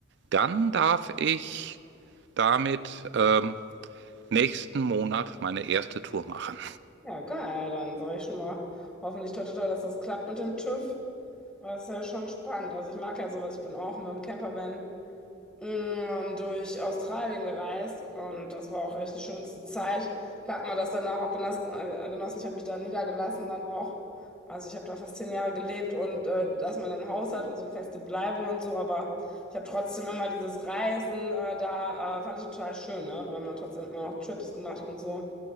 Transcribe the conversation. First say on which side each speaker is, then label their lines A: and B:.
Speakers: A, on the right; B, in the centre.
A: dann darf ich damit ähm, nächsten Monat meine erste Tour machen.
B: Ja, geil, dann sage ich schon mal hoffentlich toi toi toi, dass das klappt mit dem TÜV. Das ist ja schon spannend. Also ich mag ja sowas, ich bin auch mit dem Campervan ähm, durch Australien gereist und das war auch echt die schönste Zeit. Klar hat man das danach auch genossen. äh, genossen. Ich habe mich da niedergelassen dann auch. Also ich habe da fast zehn Jahre gelebt und äh, dass man dann ein Haus hat und so eine feste Bleibe und so, aber ich habe trotzdem immer dieses Reisen äh, da, äh, fand ich total schön, ne? Wir haben da trotzdem immer noch Trips gemacht und so.